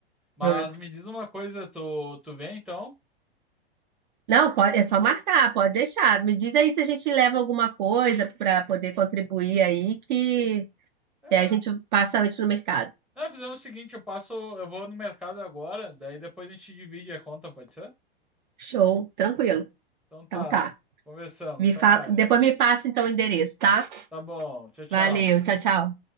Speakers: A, in the centre; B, on the right.
A: Mas
B: Hum.
A: me diz uma coisa, tu, tu vem então?
B: Não, pode, é só marcar, pode deixar. Me diz aí se a gente leva alguma coisa para poder contribuir aí, que,
A: É,
B: que a gente passa antes no mercado.
A: não, fizemos o seguinte, eu passo, eu vou no mercado agora, daí depois a gente divide a conta, pode ser?
B: Show, tranquilo.
A: Então tá,
B: Então tá.
A: conversamos,
B: Me
A: até
B: fala,
A: mais.
B: depois me passa então o endereço, tá?
A: Tá bom, tchau, tchau.
B: Valeu, tchau, tchau.